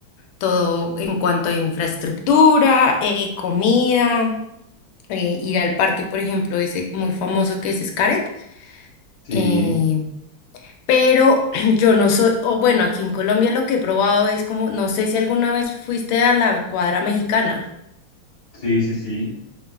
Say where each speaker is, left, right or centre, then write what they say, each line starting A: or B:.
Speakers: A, on the left; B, on the left.
A: todo en cuanto a infraestructura, eh, comida, eh, ir al parque, por ejemplo, ese muy famoso que es Xcaret.
B: Sí,
A: eh, Pero <clears throat> yo no soy, o bueno, aquí en Colombia lo que he probado es como, no sé si alguna vez fuiste a la cuadra mexicana.
B: sí, sí, sí.